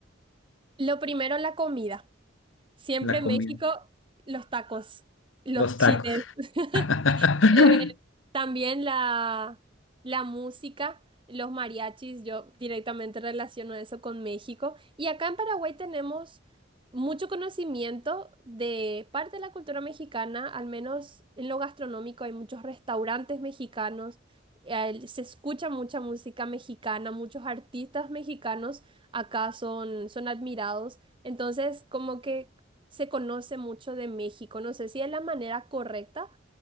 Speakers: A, on the right; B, on the left.
A: Lo primero, la comida. Siempre
B: la
A: en
B: comida,
A: México, los tacos, los
B: los
A: chiles.
B: tacos.
A: <laughs>
B: <laughs>
A: Eh, también la, la música, los mariachis, yo directamente relaciono eso con México. Y acá en Paraguay tenemos mucho conocimiento de parte de la cultura mexicana, al menos en lo gastronómico hay muchos restaurantes mexicanos, eh, se escucha mucha música mexicana, muchos artistas mexicanos acá son, son admirados. Entonces, como que se conoce mucho de México. No sé si es la manera correcta